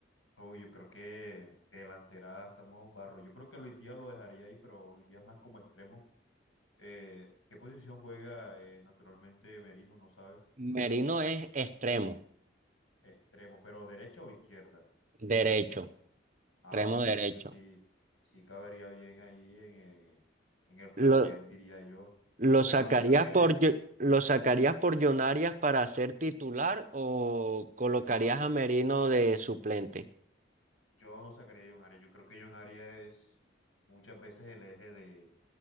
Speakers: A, on the left; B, on the right.
A: Uy, yo creo que de delantera estamos barro. Yo creo que Luis Díaz lo dejaría ahí, pero Luis Díaz más como extremo. Eh, ¿qué posición juega eh, naturalmente Merino? ¿No sabes?
B: Merino es extremo,
A: Extremo, pero derecha o izquierda.
B: derecho,
A: Ah,
B: extremo
A: ok, entonces
B: derecho.
A: sí, sí cabería bien ahí en el, en el plantel,
B: ¿Lo,
A: diría yo.
B: lo
A: Pero
B: sacarías
A: yo creo que le-
B: por, Yo- lo sacarías por John Arias para ser titular o colocarías
A: no, yo,
B: a Merino de suplente?
A: Yo no sacaría a John Arias. Yo creo que John Arias es muchas veces el eje de,